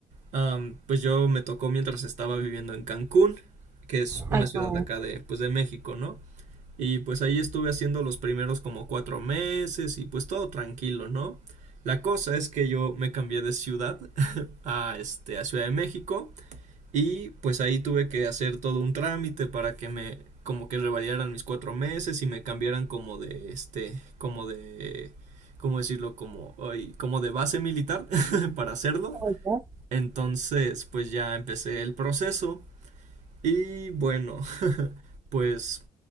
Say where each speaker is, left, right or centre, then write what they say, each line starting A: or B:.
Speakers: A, on the right (about 70°); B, on the right (about 25°).
A: am, pues yo me tocó mientras estaba viviendo en Cancún, que es una
B: ay
A: ciudad
B: no,
A: de acá de, pues de México, ¿no? Y pues ahí estuve haciendo los primeros como cuatro meses y pues todo tranquilo, ¿no? La cosa es que yo me cambié de ciudad <laughs> a este a Ciudad de México y pues ahí tuve que hacer todo un trámite para que me como que revalidaran mis cuatro meses y me cambiaran como de este, como de, ¿cómo decirlo? Como, ay, como de base militar <laughs> para hacerlo.
B: oye,
A: Entonces pues ya empecé el proceso y bueno, pues